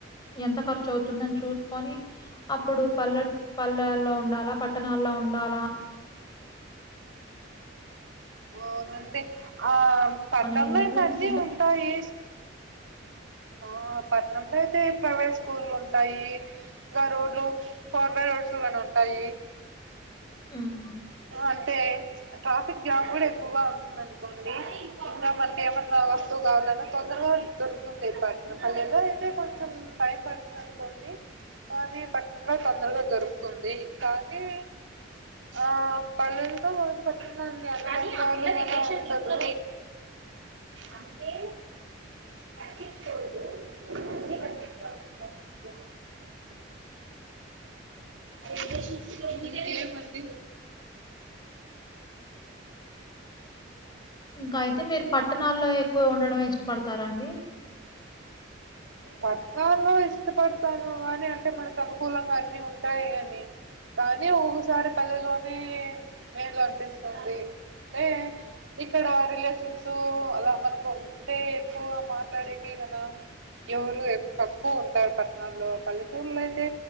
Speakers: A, on the left; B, on the right.
A: ఎంత ఖర్చు అవుతుంది అని చూసుకొని అప్పుడు పల్లె పల్లెల్లో ఉండాలా పట్టణాల్లో ఉండాలా
B: అవునండి ఆ పట్నంల
A: అనే నిర్ణయం
B: అయితే అన్ని
A: తీసుకుంటే
B: ఉంటాయి ఆ పట్టణంలో అయితే ప్రైవేట్ స్కూల్ ఉంటాయి ఇంకా రోడ్లు ఫోర్వే రూట్స్ గాని ఉంటాయి
A: హ్మ్.
B: అంటే ట్రాఫిక్ జామ్ కూడా ఎక్కువగా ఉంటుంది అనుకోండి ఇంకా మనకి ఏమన్నా వస్తువు కావాలన్నా తొందర గా దొరకు తుంది పట్నం పల్లెలో అయితే కొంచం టైం పడుతుంది అనుకోండి కానీ పట్నంలో తొందరగా దొరుకుతుంది కానీ ఆ పల్లెలతో పోలిస్తే పట్నంలో అన్ని అనుబంధాలు కూడా ఉంటదు అంతే పట్టించుకోవద్దు <unintelligible> ఇంకేమండి
A: ఇంకా అయితే మీరు పట్టణాల్లో ఎక్కువ ఉండడం ఇష్టపడతారా అండి
B: పట్టణల్లో ఇష్టపడతాను అని అంటే మనకి అనుకూలంగా అన్ని ఉంటాయి అని కానీ ఒక్కొక్కసారి పల్లెలోనే మేలు అనిపిస్తుంది అంటే ఇక్కడ రిలేషన్స్ అలా మనకు అంటే ఎక్కువ మాట్లాడేకి కదా ఎవరు తక్కువ ఉంటారు పట్టణాల్లో పల్లెటూరులో అయితే